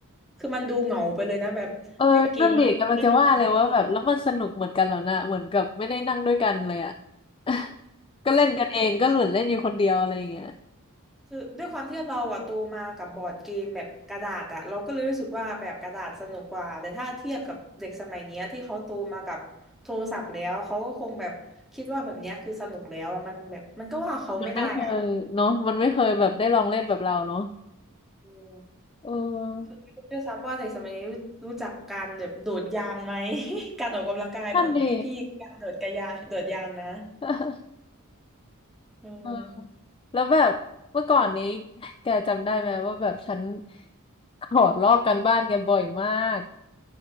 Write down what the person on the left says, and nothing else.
เออนั่นดิกำลังจะว่าเลยว่าแบบแล้วมันสนุกเหมือนกันแล้วนะเหมือนกับไม่ได้นั่งด้วยกันเลยอ่ะ <laughs> ก็เล่นกันเองก็เหมือนเล่นอยู่คนเดียวอะไรอย่างเงี้ย
มันไม่เคยเนาะมันไม่เคยแบบได้ลองเล่นแบบเราเนาะ
เออ
นั่นดิ <laughs>
เออแล้วแบบเมื่อก่อนนี้แกจำได้ไหมว่าแบบฉันขอลอกกันบ้านแกบ่อยมาก